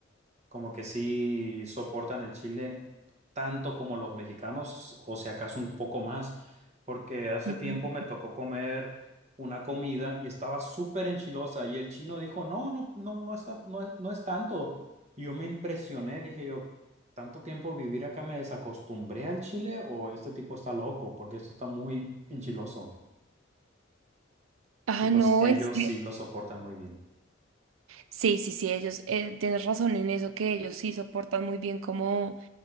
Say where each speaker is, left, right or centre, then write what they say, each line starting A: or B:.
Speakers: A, on the right (about 35°); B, on the right (about 80°).
A: como que sí soportan el chile tanto como los mexicanos, o si acaso un poco más, porque hace
B: Ujú.
A: tiempo me tocó comer una comida y estaba súper enchilosa y el chino dijo, no, no, no, no está, no es, no es tanto. Y yo me impresioné, dije yo, ¿tanto tiempo vivir acá me desacostumbré al chile o este tipo está loco? Porque esto está muy enchiloso.
B: Ah,
A: Y pues
B: no,
A: ellos
B: en serio.
A: sí lo soportan muy bien.
B: Sí, sí, sí, ellos, eh, tienes razón en eso, que ellos sí soportan muy bien como